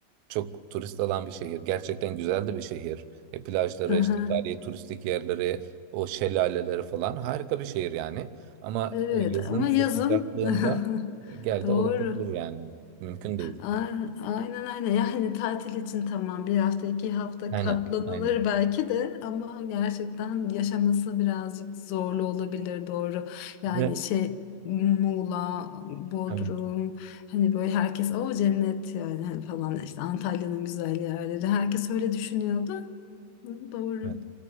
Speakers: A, on the right; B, on the left.
A: çok turist alan bir şehir. Gerçekten güzel de bir şehir. E, plajları,
B: Aha,
A: işte tarihi turistik yerleri, o şelaleleri falan harika bir şehir yani. Ama
B: Evet
A: o yazın
B: ama yazın
A: o sıcaklığında
B: <laughs>
A: e, gel
B: doğru.
A: de orada dur yani. Mümkün değil.
B: Aynen aynen aynen. yani tatil için tamam bir hafta iki hafta
A: Aynen,
B: katlanılır
A: aynen.
B: belki de ama gerçekten yaşaması birazcık zorlu olabilir doğru yani
A: Ve
B: şey Muğla, Bodrum
A: evet,
B: hani böyle herkes o cennet yani hani falan işte Antalya'nın güzel yerleri herkes öyle düşünüyordu Hı, doğru
A: evet.